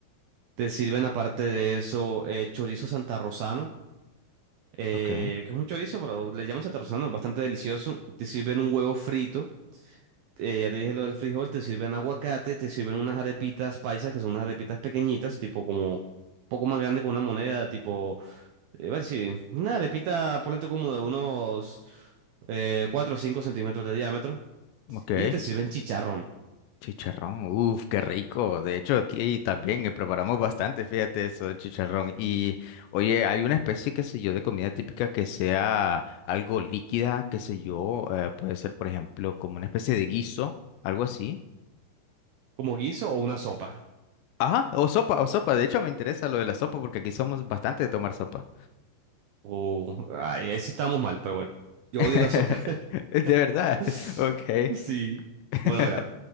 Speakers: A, on the right; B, on the left.
A: Te sirven aparte de eso eh, chorizo santarrosano, eh,
B: Ok,
A: que es un chorizo, pero le llaman santarrosano, es bastante delicioso. Te sirven un huevo frito, eh, ya te dije lo del frijol, te sirven aguacate, te sirven unas arepitas paisas, que son unas arepitas pequeñitas, tipo como un poco más grande que una moneda, tipo, eh, bueno, sí, una arepita, ponle tú como de unos eh, 4 o 5 centímetros de diámetro.
B: ok.
A: Y te sirven chicharrón.
B: Chicharrón, uff, qué rico. De hecho, aquí también eh, preparamos bastante, fíjate eso, el chicharrón. Y oye, hay una especie, qué sé yo, de comida típica que sea algo líquida, qué sé yo, eh, puede ser, por ejemplo, como una especie de guiso, algo así.
A: como guiso o una sopa.
B: Ajá, o sopa, o sopa. De hecho, me interesa lo de la sopa porque aquí somos bastante de tomar sopa.
A: O ay, ahí sí estamos mal, pero bueno. Yo
B: <laughs>
A: odio la sopa.
B: De verdad,
A: <laughs>
B: <laughs> ok.
A: Sí.
B: <laughs>
A: Bueno, mira.